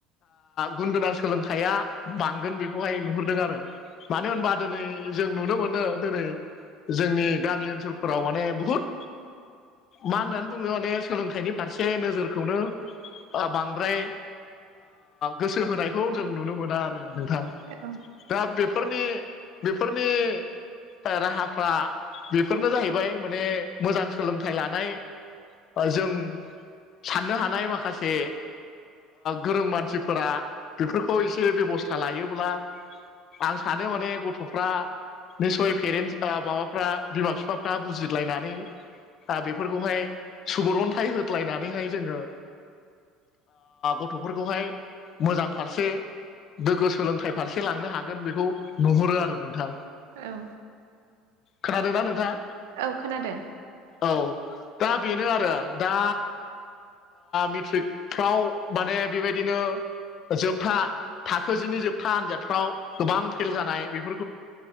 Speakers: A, on the left; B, on the right.
A: गुन गोनां सोलोंथाइया बांगोन बेखौहाय नुहुरदों आरो मानो होनबा दिनै जों नुनो मोनो दिनै जोंनि गामि ओनसोलफोराव माने बुहुदाव मा होननानै बुङो माने सोलोंथाइनि फारसे नोजोरखौनो बांद्राय गोसो होनायखौ जों नुनो मोना आरो नोंथां
B: औ
A: दा बेफोरनि बेफोरनिया राहाफ्रा बेफोरनो जाहैबाय माने मोजां सोलोंथाइ लानाया जों साननो हानाय माखासे गोरों मानसिफोरा बेफोरखौ एसे बेबस्था लायोब्ला आं सानो माने फ्रा निस्सय पेरेन्टस माबाफ्रा बिमा बिफाफ्रा बुजिलायनानै। दा बेफोरखौहाय सुबुरून्थाइ होदलायनानैहाय जोङो गथ'फोरखौहाय मोजां फारसे गोगो सोलोंथाइ फारसे लांनो हागोन बेखौ नुहुरो आरो नोंथां।
B: औ।
A: खोनादोंना नोंथां।
B: औ खोनादों।
A: औ दा बेनो आरो दा मेट्रिकफ्राव माने बेबादिनो जोबथा थाखो जिनि जोबथा आनजादफ्राव गोबां फेल जानाय बेफोर